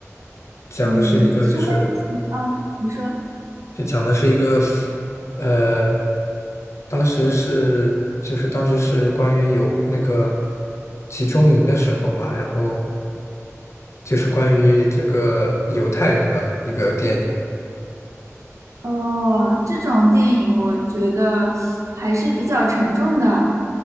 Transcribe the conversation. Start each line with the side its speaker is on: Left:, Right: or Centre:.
Left: 讲的是一个就是
Right: 嗯，你是为了啊？你说
Left: 就讲的是一个呃，当时是就是当时是关于有那个集中营的时候嘛，然后就是关于这个犹太人的一个电影。
Right: 哦，这种电影我觉得还是比较沉重的。